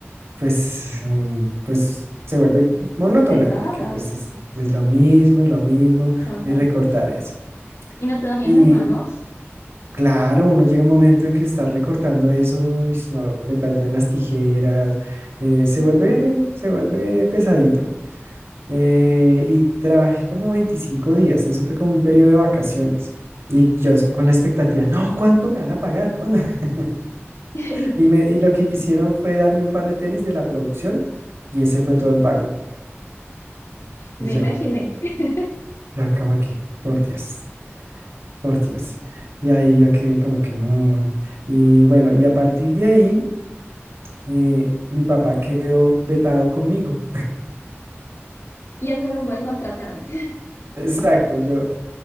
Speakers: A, on the right; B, on the left.
A: pues, mm, pues se vuelve monótona
B: Pesada,
A: porque pues es, es lo mismo, es lo mismo
B: correcto.
A: y recortar eso.
B: ¿Y no te dolían
A: Y
B: las manos?
A: claro, uno llega a un momento en que está recortando eso, uy, no, le tallan las tijeras, eh,
B: Sí.
A: se vuelve, se vuelve pesadito. Eh, y trabajé como 25 días, eso fue como un periodo de vacaciones. Y yo es- con la expectativa, no, ¿cuánto me van a pagar? ¿Cuándo? <laughs>
B: <laughs>
A: Y, me, y lo que hicieron fue darme un par de tenis de la producción y ese fue todo el pago.
B: Me
A: Y yo,
B: imaginé. <laughs>
A: Ya como que, por Dios, por Dios. Y ahí yo que como que... mm. Y bueno, y a partir de ahí, eh, mi papá quedó vetado conmigo.
B: Ya no era un buen contratante.
A: <laughs> Exacto, yo